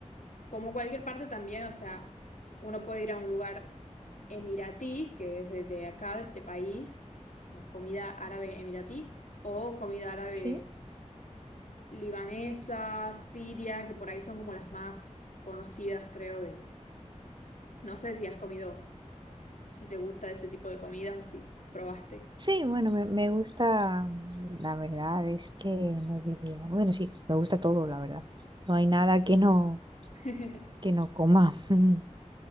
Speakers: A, on the left (about 85°); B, on the right (about 40°).
A: Como cualquier parte también, o sea, uno puede ir a un lugar emiratí, que es desde acá, de este país, o comida árabe emiratí, o comida árabe
B: sí.
A: libanesa, siria, que por ahí son como las más conocidas, creo, de... No sé si has comido, si te gusta ese tipo de comidas o si probaste.
B: Sí, bueno, me, me gusta, la verdad es que no diría, bueno, sí, me gusta todo, la verdad. No hay nada que no,
A: <laughs>
B: que no coma. <laughs>